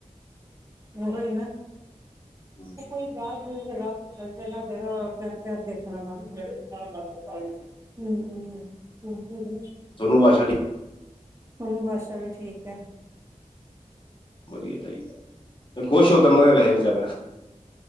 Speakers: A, on the right; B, on the left.
A: ਊਹੋ ਈ ਨਾ।
B: ਹਮ
A: <unintelligible> ਹੁੰ, <unintelligible>
B: ਸੋਨੂੰ ਬਾਦਸ਼ਾਹ ਸ਼ਾਡੀ
A: ਸੋਨੂ ਬਾਦਸ਼ਾ ਵੀ ਠੀਕ ਐ।
B: ਵਧੀਆ ਚਾਹੀਦਾ, ਖੁਸ਼ ਹੋ ਤਨਾ ਦੇ ਵੈਸੇ ਵਿਚਾਰਾ